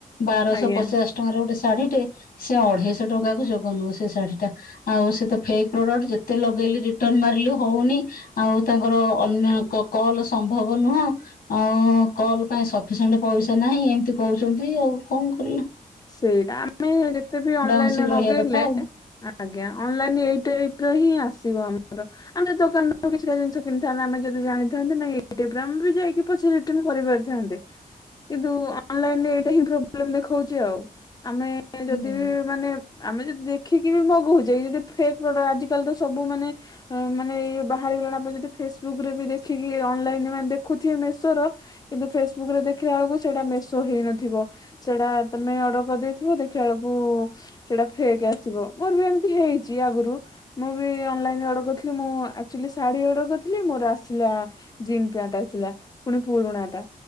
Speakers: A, on the left (about 75°); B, on the left (about 25°).
A: ବାରଶହ
B: ଆଜ୍ଞା।
A: ପଚାଶ ଟଙ୍କାରେ ଗୋଟେ ଶାଢୀ ଟେ ସେ ଅଢେଇଶହ ଟଙ୍କା କୁ ଯୋଗ ନୁହ ସେ ଶାଢୀ ଟା ଆଉ ସେ ତ ଫେକ୍ ପ୍ରଡକ୍ଟ ଯେତେ ଲ ଗ ରିଟର୍ଣ ମାରିଲି ହଉନି ଆଉ ତାଙ୍କର ଅନ୍ୟ କଲ ସମ୍ଭବ ନୁହଁ ଆଉ କଲ ପାଇଁ ସଫିସିଏଣ୍ଟ ପଇସା ନାହିଁ ଏମିତି କହୁଛନ୍ତି ଆଉ କଣ କର
B: ସେଇଟା ଆମେ ଯେତେ ବି ଅନଲାଇନରେ
A: ହଁସିକି
B: ମଗେଇଲେ
A: ରହିବା କଥା ଆଉ।
B: ଆଜ୍ଞା ଅନଲାଇନ ଏଇ ଟାଇପ ର ହିଁ ଆସିବ ଆମର ଆମେ ଦୋକାନରୁ କିଛିଟା ଜିନି କିଣିଥାନ୍ତେ ଆମେ ଯଦି ଜାଣିଥାନ୍ତେ ନା ୟୁଟୁବ ରେ ଆମ ବି ଯାଇକି ପଚାରି କରି ପାରି ଥାଆନ୍ତେ କିନ୍ତୁ ଅନ୍ ଲାଇନ୍ ଏଇଟା ହିଁ ପ୍ରୋବଲେମ ଦେଖଉଛି ଆଉ ଆମେ ଯଦି
A: ହୁଁ
B: ବି ମାନେ ଆମେ ଯଦି ଦେଖିକି ବି ମଗଉଛେ ଯଦି ଫେକ୍ଟ ଆଜି କାଲି ତ ସବୁ ମାନେ ମାନେ ଇଏ ବାହାରିଗଲାଣି ପଣ ଯଦି ଫେସବୁକ ରେ ବି ଦେଖିକି ଅନଲାଇନ ମାନେ ଦେଖୁଥିବେ ମେସୋର କିନ୍ତୁ ଫେସବୁକ ରେ ଦେଖିଲା ବେଳକୁ ସେଇଟା ମେସୋ ହେଇନଥିବ ସେଟା ତମେ ଅର୍ଡର କରିଦେଇଥିବ ଦେଖିବା ବେଳକୁ ସେଇଟା ଫେକ ଆସିବ ମୋର ବି ଏମିତି ହେଇଛି ଆଗରୁ ମୁଁ ବି ଅନଲାଇନ୍ ଅର୍ଡର କରିଥିଲି ମୁଁ ଶାଢୀ ଅର୍ଡର କରିଥିଲି ମୋର ଆସିଲା ଜିନ୍ ପ୍ୟାଣ୍ଟ ଆସିଲା ପୁଣି ପୁରୁଣାଟା